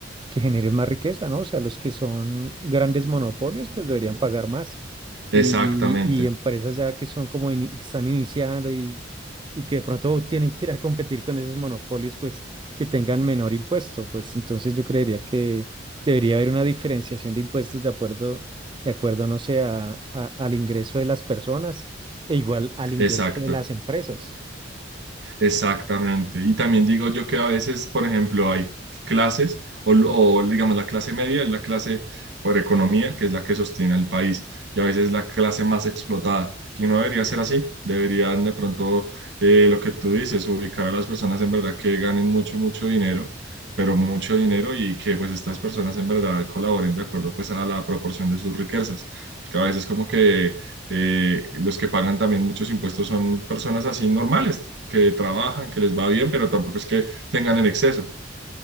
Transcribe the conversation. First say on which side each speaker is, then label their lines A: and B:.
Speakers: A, on the right (about 25°); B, on the right (about 65°).
A: que generen más riqueza, ¿no? O sea, los que son grandes monopolios, pues deberían pagar más. Y,
B: Exactamente.
A: y empresas ya que son como ini- que están iniciando y, y que de pronto tienen que ir a competir con esos monopolios, pues que tengan menor impuesto. Pues entonces yo creería que debería haber una diferenciación de impuestos de acuerdo, de acuerdo, no sé, a- a- al ingreso de las personas e igual al ingreso
B: Exacto,
A: de las empresas.
B: exactamente. Y también digo yo que a veces, por ejemplo, hay clases, o, o, digamos la clase media es la clase por economía, que es la que sostiene el país, y a veces es la clase más explotada. Y no debería ser así. Deberían de pronto, eh, lo que tú dices, ubicar a las personas en verdad que ganen mucho, mucho dinero, pero mucho dinero y que pues estas personas en verdad colaboren de acuerdo pues a la proporción de sus riquezas. Porque a veces como que eh, los que pagan también muchos impuestos son personas así normales, que trabajan, que les va bien, pero tampoco es que tengan en exceso.